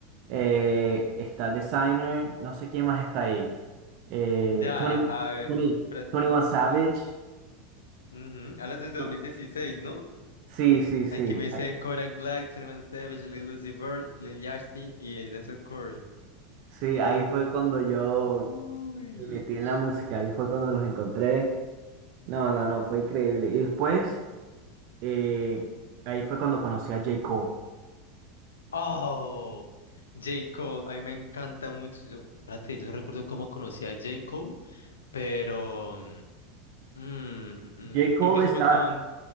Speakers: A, on the right (about 50°); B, on the left (about 70°).
A: eh, está Designer, no sé quién más está ahí. Eh,
B: Ya,
A: 20,
B: a ver.
A: 20,
B: Pero,
A: 21 Savage.
B: eh, ujú, Hablas del dos
A: ¿no?
B: mil dieciséis ¿no?
A: Sí, sí, sí.
B: Hay que me dice Kodak Black, Twenty One Savage, Lil Uzi Vert, Lil Yachty y eh, Denzel Curry.
A: Sí, ahí fue cuando yo
B: Uy.
A: me metí en la música, ahí fue cuando los encontré. No, no, no, fue increíble. Y después, eh, ahí fue cuando conocí a J. Cole.
B: Oh, J. Cole. A mí me encanta mucho. Yo, espérate, yo no recuerdo cómo conocí a J. Cole, pero. mm, Mm, mm,
A: J. Cole
B: creo que eso
A: está,
B: fue con...